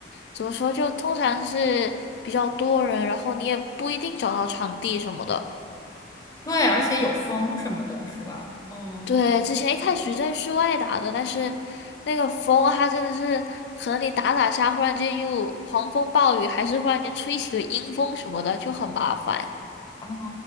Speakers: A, on the left; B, on the left.
A: 怎么说，就通常是比较多人，然后你也不一定找到场地什么的。
B: 对，而且有风什么的，是吧？嗯，
A: 对，之前一开始在室外打的，但是那个风它真的是，和你打打下，忽然间又狂风暴雨，还是忽然间吹起了阴风什么的，就很麻烦。
B: 哦，